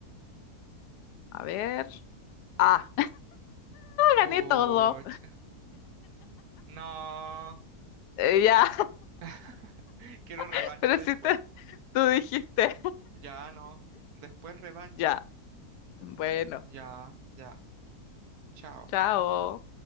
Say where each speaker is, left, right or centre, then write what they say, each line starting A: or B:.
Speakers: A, on the left; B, on the right.
A: A ver. A.
B: Puch,
A: gané todo.
B: no.
A: Eh, ya,
B: <laughs> Quiero
A: <laughs>
B: revancha
A: pero
B: después.
A: si te, tú dijiste,
B: Ya no. Después revancha.
A: ya, bueno,
B: Ya, ya. Chao.
A: chao.